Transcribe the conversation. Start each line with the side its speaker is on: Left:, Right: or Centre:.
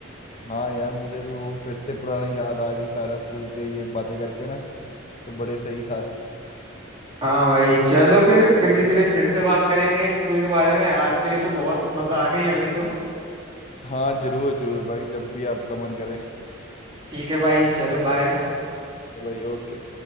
Left: हाँ यार मुझे भी वो फिर से पुराना याद आ गई सारा स्कूल के ये बातें करके ना तो बड़े सही था
Right: हाँ भाई चलो फिर फिर किसी दिन फिर से बात करेंगे स्कूल के बारे में आज के लिए तो बहुत मजा आ गई अभी तो
Left: हाँ जरूर जरूर भाई जब भी आपका मन करे
Right: ठीक है भाई चलो बाय
Left: तो भाई ओके